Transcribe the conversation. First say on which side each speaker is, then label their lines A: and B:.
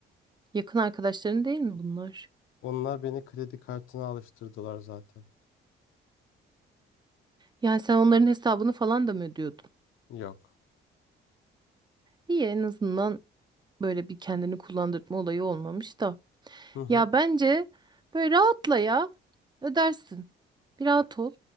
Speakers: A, on the right (about 20°); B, on the left (about 85°).
A: Yakın arkadaşların değil mi bunlar?
B: onlar beni kredi kartına alıştırdılar zaten.
A: Yani sen onların hesabını falan da mı ödüyordun?
B: Yok.
A: İyi en azından böyle bir kendini kullandırma olayı olmamış da.
B: Hı hı.
A: Ya bence böyle rahatla ya. Ödersin. Bir rahat ol.